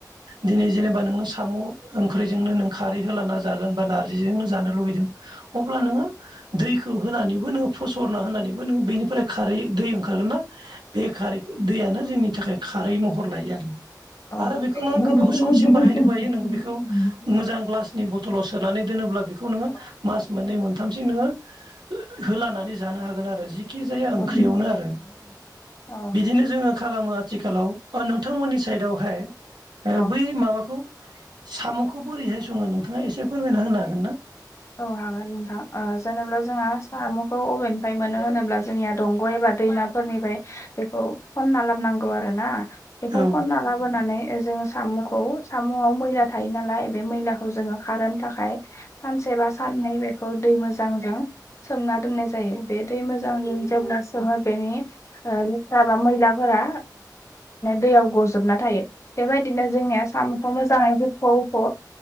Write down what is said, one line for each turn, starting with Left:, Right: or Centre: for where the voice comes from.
Right: दिनै जेनेबा नोङो। साम' ओंख्रिजोंनो नों खारै होलाना जागोन बा नार्जिजोंनो जानो लुुगैदों अब्ला नोङो। दैखौ होनानैबो नोङो फसरना होनानैबो नों बेनिफ्राय खारै दै ओंखारगोनना बे खारै दैयानो जोंनि थाखाय खारै महर लायो आरो।
Left: ओमफ्राय
Right: आरो बेखौ नों गोबाव
Left: बेखौनो
Right: समसिम
Left: गोबाव
Right: बाहायनो
Left: सम
Right: हायो नों बेखौ मोजां ग्लास बथलाव सोनानै दोनोब्ला बिखौ नोङो
Left: औ
Right: मास मोननै मोन मोनथामसिम नोङो होलानानै जानो हागोन जिखि जाया।
Left: औ
Right: फख्रियावनो आरो
Left: औ
Right: बिदिनो जोङो। खालामो आथिखालाव नोंथांमोननि साइदावहाय
Left: औ
Right: बै माबाखौ साम'खौ बोरैहाय सङो नोंथाङा एसे फोरमायना होनो हागोनना?
Left: औ हागोन नोंथां जेनेबा जोंहा साम'खौ अबे बबेनिफ्रय मोनो होनोब्ला जोंनिया दंग' एबा दैमाफोरनिफ्राय बेखौ खनना लाबोनांगौ आरोना। बेखौ
Right: औ
Left: खनना लाबोनानै जोङो साम'खौ सामुआव मैला थायो नालाय बे मैलाखौ जोङो खारहोनो थाखाय सानसे सानसेबा साननै बेखौ दै मोजांजों सोमना दोननाय जायो बे दै मोजांजों जेब्ला सो बेनि लेथ्राबा मैलाफोरा दैयाव गजोबना थायो। बेबायदिनो जोंनिया साम'खौ मोजाङै हुख हुख